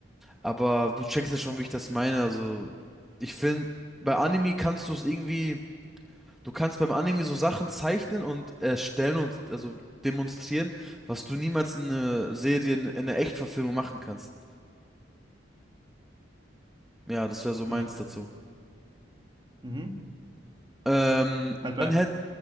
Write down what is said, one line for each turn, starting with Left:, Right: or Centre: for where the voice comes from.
Centre: Aber du checkst ja schon, wie ich das meine. Also, ich finde, bei Anime kannst du es irgendwie, du kannst beim Anime so Sachen zeichnen und erstellen und also demonstrieren, was du niemals in einer Serie, in einer Echtverfilmung machen kannst. Ja, das wäre so meins
Right: Ja.
Centre: dazu.
Right: Mhm.
Centre: Ähm, dann
Right: Halt bei.
Centre: hätte,